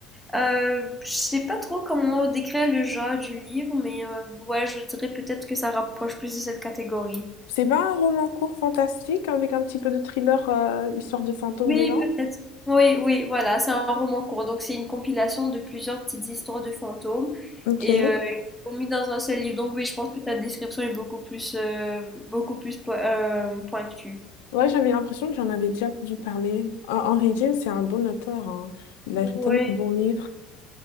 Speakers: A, in the centre; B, on the left.
A: Euh, je sais pas trop comment décrire le genre du livre, mais euh, ouais, je dirais peut-être que ça rapproche plus de cette catégorie.
B: C'est pas un roman court fantastique avec un petit peu de thriller, euh, histoire de fantôme
A: Oui,
B: dedans?
A: peut-être. Oui, oui, voilà, c'est un roman court. Donc, c'est une compilation de plusieurs petites histoires de fantômes
B: Ok.
A: et euh, qui sont mis dans un seul livre. Donc, oui, je pense que ta description est beaucoup plus, euh, beaucoup plus po- euh, pointue.
B: Ouais, j'avais l'impression que j'en avais déjà dû parler. Hen- Henry James, c'est un bon auteur. hein. Il a
A: Oui,
B: écrit tellement de bons livres.